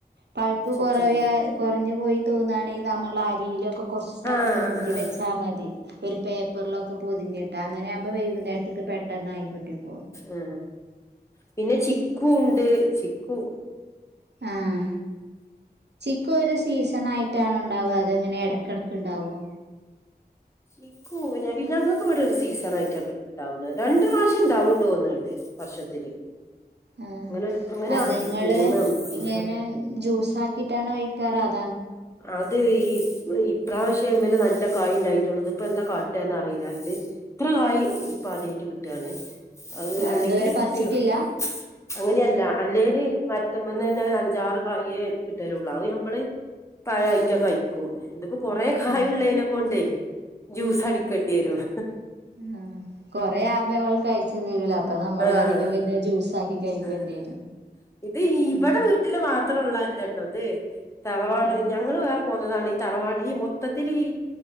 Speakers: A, on the right (about 85°); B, on the left (about 15°).
A: പഴുപ്പ് കുറവ
B: വെച്ചാല്
A: കുറഞ്ഞു പോയി തോന്നയാണെങ്കിൽ നമ്മുടെ അരിയിലൊക്കെ കുറച്ച് ടൈമ്
B: ആഹ്
A: മൂടി
B: ആഹ്
A: വെച്ചാൽ മതി ഒരു പേപ്പറിലൊക്കെ പൊതിങ്ങിട്ട് അങ്ങനെ ആകുമ്പോൾ വൈകുന്നേരത്തൊക്കെ പെട്ടെന്ന്ായികൊട്ടിപ്പോും
B: ആ പിന്നെ ചിക്കു ഉണ്ട് ചിക്കു
A: ആഹ ചിക്കു ഒരു സീസൺ ആയിട്ട് ത്താണൊ ഉണ്ടാവ അതെങ്ങനെ ഇടക്കിടക്ക്ണ്ടാവോ
B: ഇക്കൊന്നില്ല ഞങ്ങക്ക് ഇവിടെ ഒരു സീസൺ ആയിട്ടൊഇണ്ടാവണെ രണ്ട പ്രാവശ്യം ഇണ്ടാവുണ്ടോന്നണ്ട് വർഷത്തില്
A: ആ
B: അങ്ങനെ അങ്ങനെ
A: അത്ങ്ങള്
B: തോന്ന നമുക്ക്
A: ഇങ്ങനെ ജ്യൂസ ആാക്കിട്ടാണ് കഴക്കാറ് അ
B: അത് ഈ ഇപ്രാവശ്യംമായെ നല്ല കായ് ഉണ്ടായിട്ടുള്ളത് ഇപ്പ എന്താ കാട്ടന്ന് അറിയില്ല ഇത് ഇത്ര കായ് ഇപ്പ ആ ക്ക് കിട്ടാണ് അത്
A: ആഹ്
B: അല്ലെങ്കിൽ
A: അതുവരെ പറിച്ചിട്ടില്ല
B: കുട്ടികൾ അങ്ങനെയല്ല അല്ലേല് മത്തുമ്പെന്ന് തന്നെ ബഞ്ചാറ് കായേ കിട്ടലുള്ള അ നമ്മള് തഴായിട്ട്
A: ആഹ്
B: കഴിക്കും എതിപ്പോൊ കൊറെേ കായ
A: ആഹ്
B: ഉുള്ളതിനതിനെക്ക കൊണ്ടേ ജ്യൂസ് അടിക്കേണ്ടി വരുും
A: ആ കൊറെ ആവുമ്പോ അവമ്മള് കഴിച്ച തരല അപ്പൊ നമ്മള്
B: ആഹ്
A: അധികം വര ജ്യൂസ ആാക്കി കഴിക്കേണ്ടി
B: ആഹ് ആഹ്
A: വരും
B: ഇത് ഇവിടെ
A: ഉം
B: വീട്ടില് മാത്രംള്ളല്ല കേട്ടോ അതെ തലവാട്
A: ആഹ്
B: ഞങ്ങ ഞങൾ വേറെ പോന്നതാണ് ഈ തറവാട് ഈ മൊത്തത്തിൽ ഈ